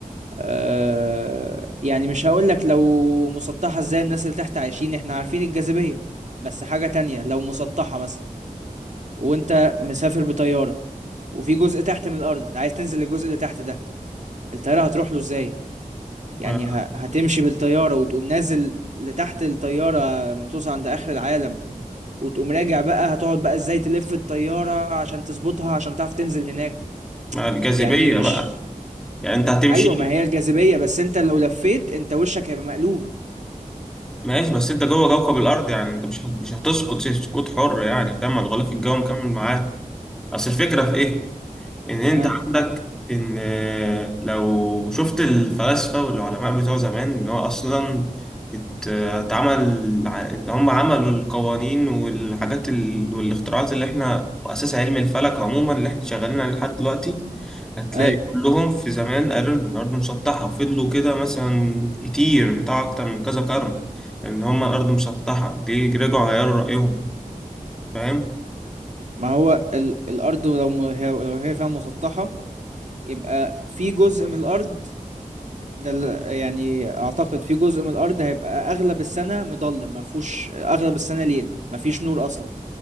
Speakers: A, on the right; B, in the centre.
A: أه يعني مش هقول لك لو مسطحه ازاي الناس اللي تحت عايشين احنا عارفين الجاذبيه بس حاجه تانية لو مسطحه مثلا وانت مسافر بطياره وفي جزء تحت من الارض عايز تنزل للجزء اللي تحت ده الطياره هتروح له ازاي يعني
B: ما
A: ه- هتمشي بالطيارة وتقوم نازل لتحت الطيارة ما توصل عند آخر العالم وتقوم راجع بقى هتقعد بقى ازاي تلف الطيارة عشان تظبطها عشان تعرف تنزل هناك
B: ما الجاذبية
A: يعني مش
B: بقى يعني انت هتمشي
A: ايوه ما هي الجاذبية بس انت لو لفيت انت وشك هيبقى مقلوب
B: ماشي بس انت جوه كوكب الأرض يعني انت مش هت- مش هتسقط سقوط حر يعني فاهم الغلاف الجوي مكمل معاك اصل الفكرة في ايه ان انت
A: اه
B: عندك ان آه، لو شفت الفلاسفة والعلماء بتوع زمان اللي هو اصلا ات- اتعمل ع- اللي هم عملوا القوانين والحاجات ال- والاختراعات اللي احنا واساس علم الفلك عموما اللي احنا شغالين عليه لحد دلوقتي هتلاقي
A: ايوه
B: كلهم في زمان قالوا ان الارض مسطحة وفضلوا كده مثلا كتير بتاع اكتر من كذا قرن ان هم الارض مسطحة دي رجعوا غيروا رأيهم فاهم
A: ما هو ال... الارض لو م... هي... لو هي فيها مسطحة يبقى في جزء من الارض ده ال- يعني اعتقد في جزء من الارض هيبقى اغلب السنه مظلم ما فيهوش اغلب السنه ليل ما فيش نور اصلا